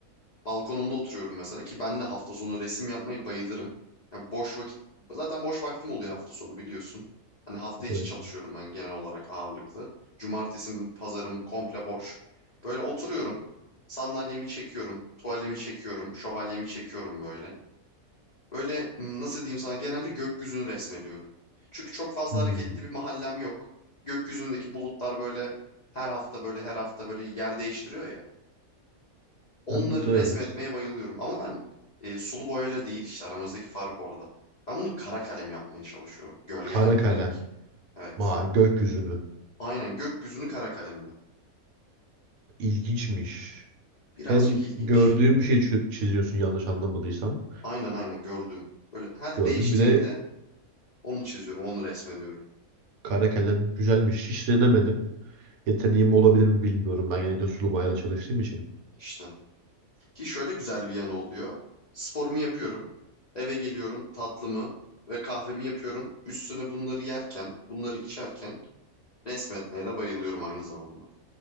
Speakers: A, on the left; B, on the right.
A: Balkonumda oturuyorum mesela ki ben de hafta sonu resim yapmayı bayılırım. Ya boş vakit zaten boş vaktim oluyor hafta sonu biliyorsun. Hani hafta içi
B: Evet.
A: çalışıyorum ben genel olarak ağırlıklı. Cumartesi, pazarım komple boş. Böyle oturuyorum. Sandalyemi çekiyorum, tuvalimi çekiyorum, şövalyemi çekiyorum böyle. Böyle m, nasıl diyeyim sana genelde gökyüzünü resmediyorum. Çünkü çok fazla
B: Hmm,
A: hareketli bir mahallem yok. Gökyüzündeki bulutlar böyle her hafta böyle her hafta böyle yer değiştiriyor ya. Onları
B: anladım.
A: resmetmeye bayılıyorum. Ama ben e, sulu boyayla değil işte aramızdaki fark orada. Ben bunu kara kalem yapmaya çalışıyorum gölgelendirerek.
B: Kara kalem.
A: Evet.
B: Vay gökyüzünü.
A: Aynen gökyüzünü kara kalemle.
B: İlginçmiş.
A: Birazcık
B: Hem
A: ilginç.
B: gördüğüm bir şey çi- çiziyorsun yanlış anlamadıysam.
A: Aynen aynen gördüğüm. Böyle her
B: Gördüğüm
A: değiştiğinde
B: bir de
A: onu çiziyorum, onu resmediyorum.
B: kara kalem güzelmiş. Hiç denemedim. Yeteneğim olabilir mi bilmiyorum. Ben genellikle sulu boyayla çalıştığım için.
A: İşte. Ki şöyle güzel bir yanı oluyor. Sporumu yapıyorum. Eve geliyorum tatlımı ve kahvemi yapıyorum. Üstüne bunları yerken, bunları içerken resmetmeye de bayılıyorum aynı zamanda.